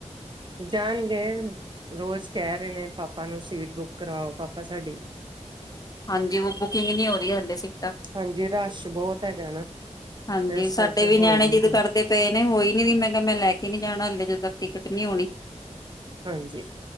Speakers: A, on the right; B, on the left.
A: ਜਾਾਨਗੇ। ਰੋਜ਼ ਕਹਿ ਰਹੇ ਨੇ ਪਾਪਾ ਨੂੰ ਸੀਟ ਬੁੱਕ ਕਰਾਓ, ਪਾਪਾ ਸਾਡੀ।
B: ਹਾਂਜੀ ਉਹ ਬੁਕਿੰਗ ਨਹੀਂ ਹੋ ਦੀ ਹਲੇ ਸਿਪ
A: ਹਾਂਜੀ ਰਸ਼ ਬਹੁਤ ਹੈਗਾ ਏ ਨਾ।
B: ਹਾਂਜੀ
A: ਤੇ ਇਸ
B: ਸਾਡੇ
A: ਕਰਕੇ
B: ਵੀ
A: ਹੋ
B: ਨਿਆਣੇ
A: ਹੀ ਨੀ
B: ਜਿਦ
A: ਰਿਹਾ
B: ਕਰਦੇ ਪਏ ਨੇ, ਹੋਈ ਵੀ ਨੀ, ਮੈਂ ਕਿਹਾ ਮੈਂ ਲੈ ਕੇ ਨੀ ਜਾਣਾ ਹੱਲੇ, ਜਦੋਂ ਤੱਕ ਟਿਕਟ ਨੀ ਹੋਣੀ,
A: ਹਾਂਜੀ